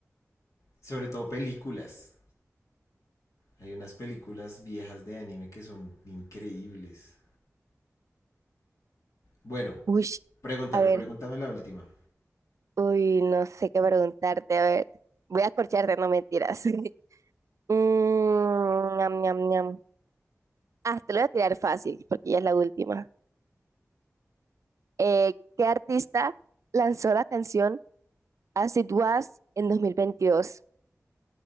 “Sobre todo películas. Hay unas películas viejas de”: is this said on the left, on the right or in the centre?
Left